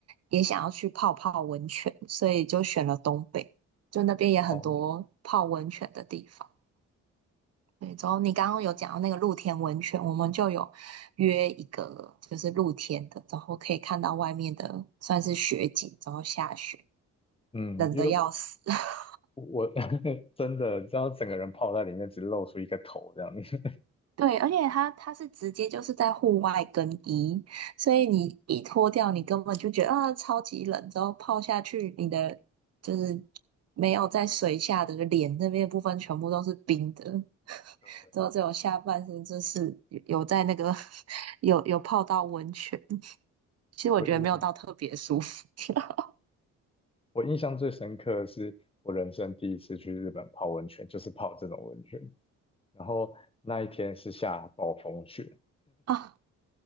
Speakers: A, on the right; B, on the left.
A: 也想要去泡泡温泉，所以就选了东北，就那边也很多泡温泉的地方。
B: 哦，
A: 对，然后你刚刚有讲到那个露天温泉，我们就有约一个就是露天的，然后可以看到外面的算是雪景，然后下雪，
B: 嗯，
A: 冷的要死。
B: 因为
A: <laughs>
B: 我 <laughs> 真的知道整个人泡在里面，只露出一个头这样子。
A: 对，而且它它是直接就是在户外更衣，所以你一脱掉，你根本就觉得啊超级冷，之后泡下去，你的就是没有在水下的脸那边的部分全部都是冰的，
B: <laughs> 对，
A: 之后只有下半身就是有有在那个 <laughs> 有有泡到温泉，其实我觉得没有到特别舒服
B: 我我
A: <laughs>
B: 我印象最深刻的是我人生第一次去日本泡温泉，就是泡这种温泉。然后那一天是下暴风雪，
A: 啊，